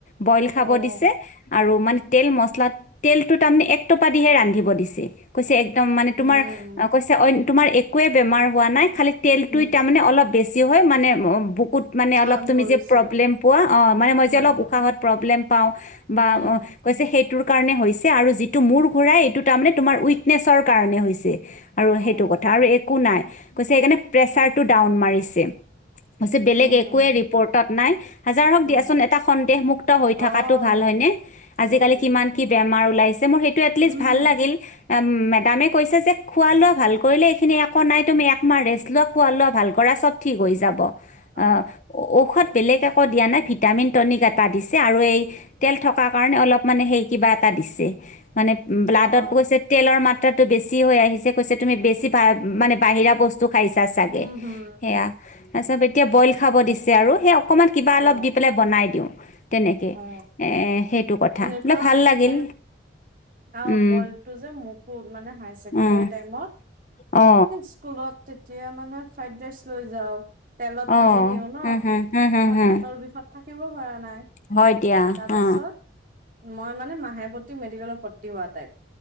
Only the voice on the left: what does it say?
বইল
খাব দিছে, আৰু মানে তেল মচলাত তেলটো তাৰমানে এক পা দিহে ৰান্ধিব দিছে, কৈছে একম মানে
তোমাৰ কৈছে তোমাৰ একোৱে বেমাৰ হোৱা নাই খালি তেলটো
মানে অলপ বেছি হয় মানে বুকুত মানে
অলপ তুমি
যে প্ৰব্লেম পোৱা অ মানে মই
যে অলপ কাষত প্ৰব্লেম পাওঁ বা
অঁ কৈছে সেইটোৰ কাৰণে হৈছে আৰু যিটো মূৰ ঘূৰাই এইটো তাৰমানে তোমাৰ উইকনেছৰ কাৰণে হৈছে। আৰু
সেইটো কথা আৰু একো নাই কৈছে সেইকাৰণে প্ৰেচাৰটো ডাউন মাৰিছে। বেলেগ
একোৱে ৰিপৰ্টত নাই। হাজাৰক
দিয়াচোন এটা সন্দেহ মুুক্ত হৈ
থকাতটো ভাল হয় নে। আজিকালি
কিমান কি বেমাৰ উলাইছে মোৰ সেইটো এটলিষ্ট
ভাল লাগিল, আম মেড তামে কৈছে যে খোৱা লোৱা ভাল কৰিলে এইখিনি একো নাই তুমি একমাহ ৰেষ্ট লোৱা খোৱা লোৱা ভাল কৰা চব ঠিক হৈ যাব,
আহ ঔষধ বেলেগ একো দিয়া নাই ভিটামিন টনিক এটা দিছে আৰু এই তেল থকাৰ কাৰণে অলপ মানে সেই কিবা এটা দিছে মানে ব্লাডত
গৈছে তেলৰ মাত্ৰ তাটো বেছি হৈ আহিছে কৈছে তুমি বেছি মানে বাহিৰা বস্তু খাইছা চাগে
সেয়া। তাৰপিছত এতিয়া বইল খাব দিছে আৰু সেই অকনমান কিবা অলপ
দি পাই বনাই দিওঁ। তেনেকে
এ সেইটো কথা
বোলে ভাল লাগিল।
উম
উম
অ
অ
হু হু হু হু
হু
হয় দিয়া
অ